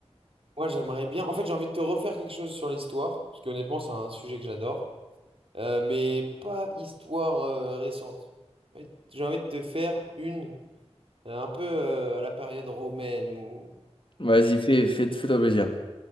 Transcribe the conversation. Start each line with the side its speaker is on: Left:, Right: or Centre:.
Right: moi, j'aimerais bien. En fait, j'ai envie de te refaire quelque chose sur l'histoire, parce que honnêtement, c'est un sujet que j'adore. Euh, mais pas histoire euh, récente. Ouais, J'ai envie de te faire une euh, un peu euh, à la période romaine ou
Left: vas-y, fais, fais, fais-toi plaisir.